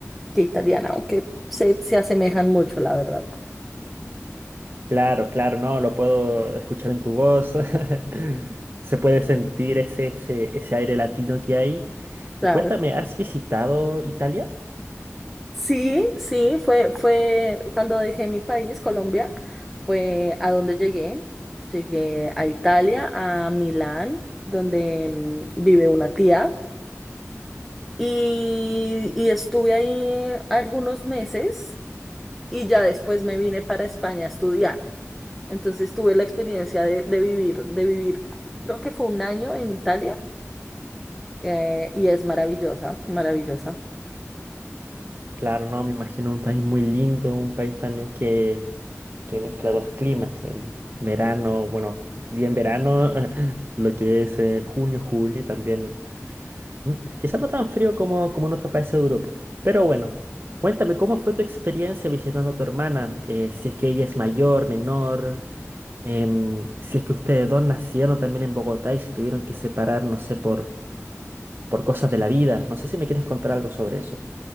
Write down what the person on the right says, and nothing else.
Claro, claro, no, lo puedo escuchar en tu voz. <laughs> Se puede sentir ese, ese, ese aire latino que hay.
Y cuéntame, ¿has visitado Italia?
Claro, no, me imagino un país muy lindo, un país también que, que mezcla dos climas, el verano, bueno, bien verano, <laughs> lo que es eh, junio, julio, y también Mm, Quizás no tan frío como, como en otros países de Europa. Pero bueno, cuéntame, ¿cómo fue tu experiencia visitando a tu hermana? Eh, si es que ella es mayor, menor, em, si es que ustedes dos nacieron también en Bogotá y se tuvieron que separar, no sé, por, por cosas de la vida. No sé si me quieres contar algo sobre eso.